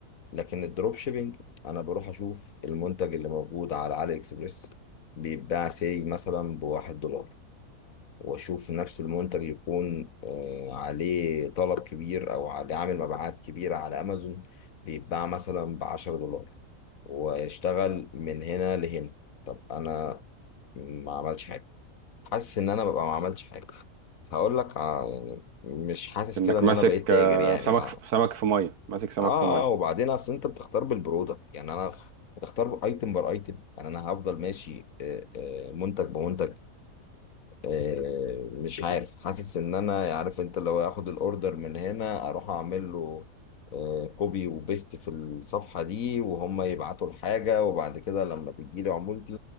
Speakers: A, on the left (about 65°); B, on the right (about 80°).
A: لكن الدروب شيبينج انا بروح اشوف المنتج اللي موجود على علي اكسبريس بيتباع سي مثلا بواحد دولار واشوف نفس المنتج يكون آه، عليه طلب كبير او عليه عامل مبيعات كبيرة على امازون بيتباع مثلا بعشرة دولار واشتغل من هنا لهنا طب انا ما عملش حاجة حاسس ان انا ببقى ما عملتش حاجة هقول لك آه، يعني مش حاسس
B: كأنك
A: كده ان
B: ماسك
A: انا بقيت
B: آه،
A: تاجر يعني
B: سمك
A: اه
B: سمك في ميه ماسك سمك
A: اه
B: في ميه
A: اه وبعدين اصل انت بتختار بالبرودكت يعني انا خ- بتختار ايتم بار ايتم يعني انا هفضل ماشي آه، آه، منتج بمنتج آه، مش عارف حاسس ان انا عارف انت لو اخد الاوردر من هنا اروح اعمل له كوبي وبيست في الصفحه دي وهم يبعتوا الحاجه وبعد كده لما تجي لي عمولتي